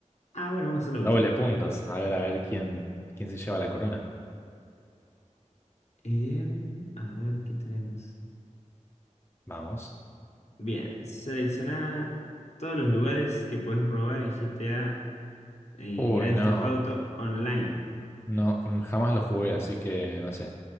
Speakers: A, on the left; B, on the left.
A: Ah, bueno, vamos a hacer la última.
B: Doble puntos.
A: A ver.
B: A ver, a ver quién, quién se lleva la corona.
A: Em, a ver qué tenemos.
B: Vamos.
A: Bien, selecciona todos los lugares que puedes robar en GTA, en
B: Uy,
A: Grand
B: no.
A: Theft Auto Online.
B: No, mm, jamás lo jugué, así que no sé.